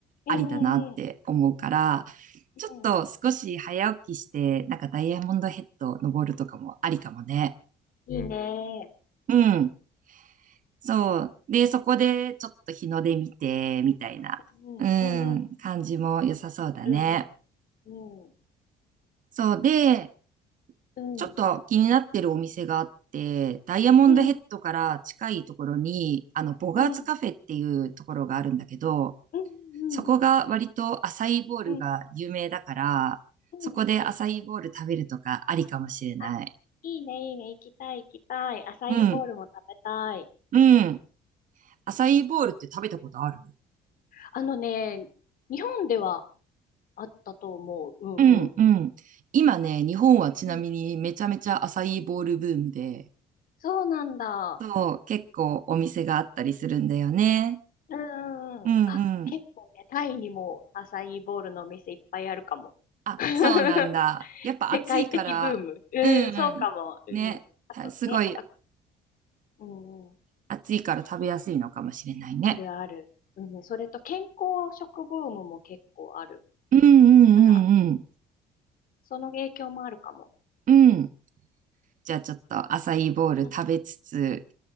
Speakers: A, on the left (about 55°); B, on the right (about 50°).
A: うんうんうん。
B: ありだなって思うから、
A: うん。
B: ちょっと少し早起きして、
A: う
B: なんかダイヤモンドヘッド登るとかもありかもね。
A: いいん。ね。
B: うん。そう。で、そこでちょっと日の出見て、みたいな、
A: うんうんうん
B: うん、感じも良さそうだね。
A: うんうん
B: そうで、
A: うん
B: ちょっと気になってるお店があって、ダイヤモンドヘッドから近いところに、
A: うんうん
B: あの、ボガーツカフェっていうところがあるんだけど、
A: うんうんう
B: そこが割とアサイーボウルが有名だから、
A: んうんうん
B: そこでアサイーボウル食べるとかありかもしれない。
A: あ、いいねいいね。行きたい行きたい。アサイーボウルも食べたい。
B: うん、うん。アサイーボウルって食べたことある
A: あのね、日本ではあったと思う。うんうん。
B: うん、うん。今ね、日本はちなみにめちゃめちゃアサイーボウルブームで、
A: うんそうなんだ。
B: そう、結構お店があったりするんだよね。
A: うんうんうん。
B: うん、
A: あ、
B: うん。
A: 結構ね、タイにもアサイーボウルのお店いっぱいあるかも。
B: あ、
A: <laughs>
B: そうなんだ。やっぱ暑いから、
A: 世界的ブーム。うん、
B: うんうん。
A: そうかも。うん。
B: ね。
A: あとね、
B: たすごい
A: あと、うんうん、
B: 暑いから食べやすいのかもしれないね。
A: あるある。うん、それと健康食ブームも結構ある
B: うんうんうん
A: から、その影響もあるかも。
B: うん。うん。じゃあちょっとアサイーボウル食べつつ、
A: うんうん。